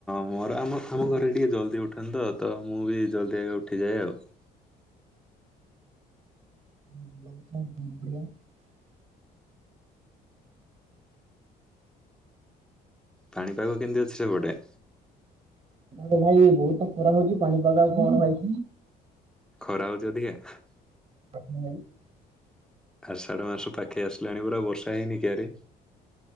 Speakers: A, in the centre; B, on the right.
A: ମୋର ଆମ ଆମ ଘରେ ଟିକେ ଜଲଦି ଉଠନ୍ତ ତ ମୁଁ ବି ଜଲ୍ଦି ଆଗେ ଉଠିଯାଏ ଆଉ <inaudible>
B: <inaudible>
A: ପାଣିପାଗ କେମିତି ଅଛି ସେପଟେ
B: ତ ଭାଇ ବହୁତ ଖରା ହଉଛି ପାଣି ପାଗ ଆଉ କଣ ଭାଇ
A: ଖରା ହଉଛି ଅଧିକା।
B: <unintelligible>
A: ଆଷଢ଼ ମାସ ପାଖେଇ ଆସିଲାଣି ପୁରା ବର୍ଷା ହେଇନି କି ଆାରେ।